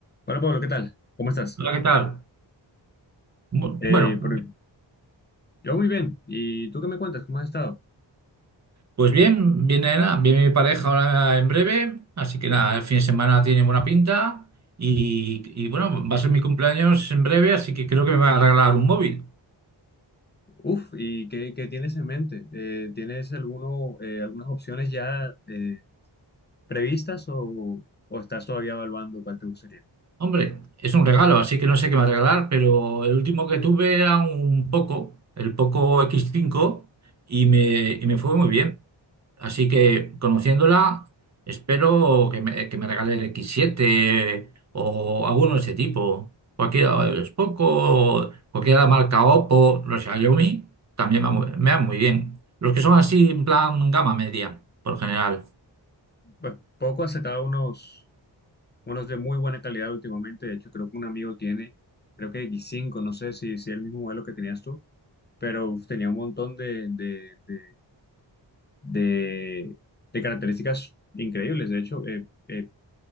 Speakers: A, on the left; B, on the right.
A: Hola Pablo, ¿qué tal? ¿Cómo estás?
B: Hola, ¿qué tal? Bu-
A: Eh,
B: Bueno,
A: por- yo muy bien. ¿Y tú qué me cuentas? ¿Cómo has estado?
B: pues bien, viene, nada, viene mi pareja ahora en breve, así que nada, el fin de semana tiene buena pinta y, y bueno, va a ser mi cumpleaños en breve, así que creo que me va a regalar un móvil.
A: Uf, ¿y qué, qué tienes en mente? Eh, ¿tienes alguno, eh, algunas opciones ya eh, previstas o, o estás todavía evaluando cuál te gustaría?
B: Hombre, es un regalo, así que no sé qué me va a regalar, pero el último que tuve era un Poco, el Poco x cinco y me, y me fue muy bien. Así que conociéndola, espero que me, que me regale el x siete o alguno de ese tipo. Cualquiera, es Poco, cualquiera de la marca Oppo, los Xiaomi, también me, va- me van muy bien. Los que son así en plan gama media, por general.
A: Pues poco ha sacado unos, unos de muy buena calidad últimamente. De hecho, creo que un amigo tiene, creo que x cinco. no sé si, si el mismo modelo que tenías tú, pero uf, tenía un montón de, de, de, de- de características increíbles. De hecho, eh, eh,